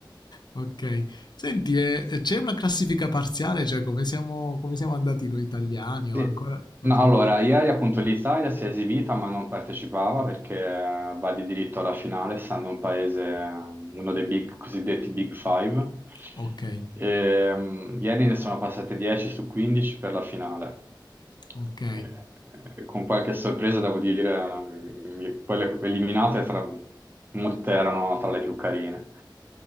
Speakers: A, on the left (about 60°); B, on the right (about 25°).
A: Ok, senti, eh, c'è una classifica parziale, cioè come siamo, come siamo andati noi italiani
B: Sì,
A: o ancora... non
B: no,
A: si-
B: allora, ieri appunto l'Italia si è esibita ma non partecipava perché eh, va di diritto alla finale, essendo un paese, eh, uno dei big, cosiddetti Big Five.
A: Ok,
B: Ehm, ieri ne sono passate 10 su 15 per la finale.
A: ok,
B: Eh, eh, con qualche sorpresa, devo dire, eh, mi- quelle eliminate tra, molte erano tra le più carine.